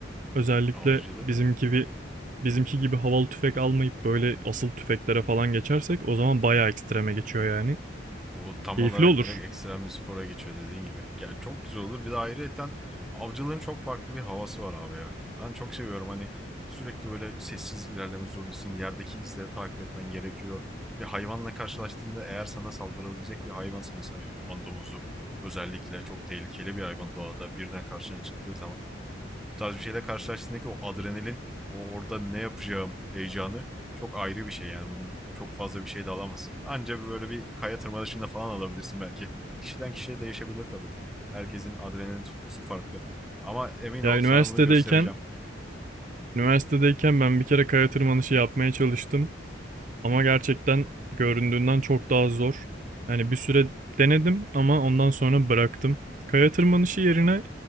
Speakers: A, on the right; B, in the centre.
A: Özellikle
B: Avcılık
A: bizimki bir bizimki gibi havalı tüfek almayıp böyle asıl tüfeklere falan geçersek o zaman bayağı ekstreme geçiyor yani.
B: O tam
A: Keyifli
B: olarak
A: olur.
B: direkt ekstrem bir spora geçiyor dediğin gibi. Yani çok güzel olur. Bir de ayrıyeten avcılığın çok farklı bir havası var abi ya. Ben çok seviyorum hani sürekli böyle sessiz ilerlemek zorundasın. Yerdeki izleri takip etmen gerekiyor. Bir hayvanla karşılaştığında eğer sana saldırabilecek bir hayvansa mesela yaban domuzu özellikle çok tehlikeli bir hayvan doğada birden karşına çıktığı zaman bu tarz bir şeyle karşılaştığındaki o adrenalin, o orada ne yapacağım heyecanı çok ayrı bir şey yani bunu çok fazla bir şey de alamazsın. Anca böyle bir kaya tırmanışında falan alabilirsin belki. Kişiden kişiye değişebilir tabii. Herkesin adrenalin tutkusu farklı. Ama emin
A: Ya
B: ol
A: üniversitedeyken
B: sana bunu göstereceğim.
A: Üniversitedeyken ben bir kere kaya tırmanışı yapmaya çalıştım. Ama gerçekten göründüğünden çok daha zor. Hani bir süre denedim ama ondan sonra bıraktım. Kaya tırmanışı yerine